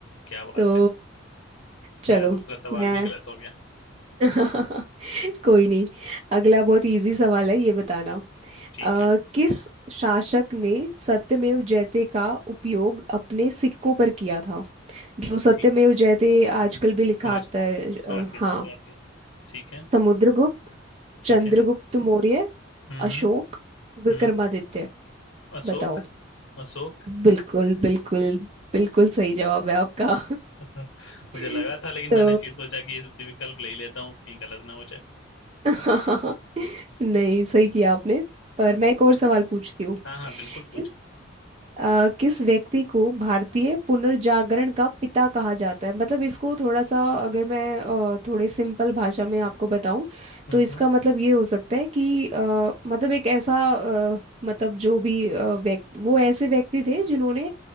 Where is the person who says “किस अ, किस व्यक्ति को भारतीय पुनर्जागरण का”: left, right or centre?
Right